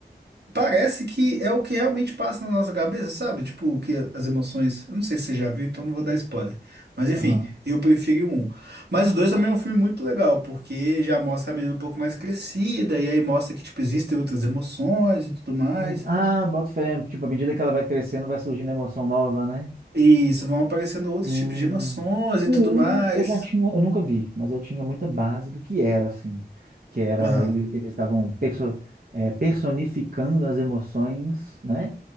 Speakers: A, on the right; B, on the right.
A: Parece que é o que realmente passa na nossa cabeça, sabe? Tipo, o que as emoções. Eu não sei se você já viu, então não vou dar spoiler. Mas enfim,
B: Aham.
A: eu preferi o um. Mas o dois também é um filme muito legal, porque já mostra a menina um pouco mais crescida, e aí mostra que, tipo, existem outras emoções e tudo mais.
B: Hum, Ah, boto fé. Tipo, à medida que ela vai crescendo, vai surgindo emoção nova, né?
A: E isso vão aparecendo outros
B: Hum,
A: tipos de emoções
B: o
A: e tudo mais.
B: um eu já tinha, eu nunca vi, mas eu tinha muita base do que era, assim, que era,
A: Aham.
B: ele- eles estavam perso- eh, personificando as emoções, né?